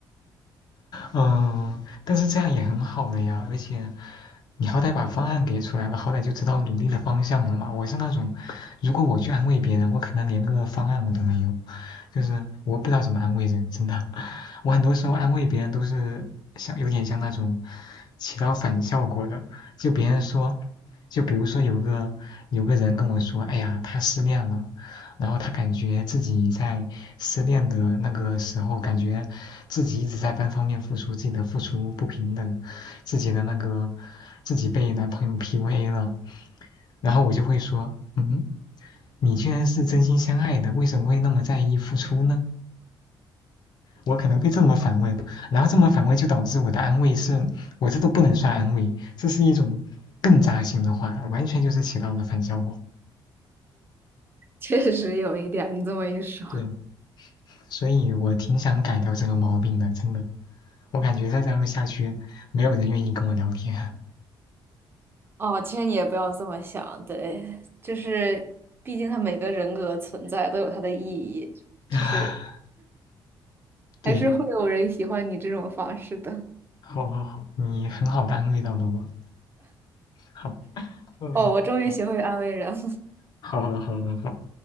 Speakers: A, on the left; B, on the right.
A: 嗯，但是这样也很好了呀，而且你好歹把方案给出来了，好歹就知道努力的方向了嘛。我是那种，如果我去安慰别人，我可能连个方案我都没有，就是我不知道怎么安慰人，真的。我很多时候安慰别人都是像有点像那种起到反效果的，就别人说，就比如说有个有个人跟我说，哎呀，他失恋了，然后他感觉自己在失恋的那个时候，感觉自己一直在单方面付出，自己的付出不平等，自己的那个。自己被男朋友 PUA 了，然后我就会说，嗯，你居然是真心相爱的，为什么会那么在意付出呢？我可能会这么反问，然后这么反问就导致我的安慰是，我这都不能算安慰，这是一种更扎心的话，完全就是起到了反效果。
B: <laughs> 确实有一点，你这么一说，
A: 对，所以我挺想改掉这个毛病的，真的，我感觉再这样下去，没有人愿意跟我聊天。
B: 哦，其实你也不要这么想，对，就是毕竟他每个人格存在都有它的意义，
A: <laughs>
B: 就是
A: 对，
B: 还是会有人喜欢你这种方式的。
A: 好好好，你很好的安慰到了我，好吧嗯，
B: 哦，我终于学会安慰人了，
A: <laughs> 好，好，好，好，好，好。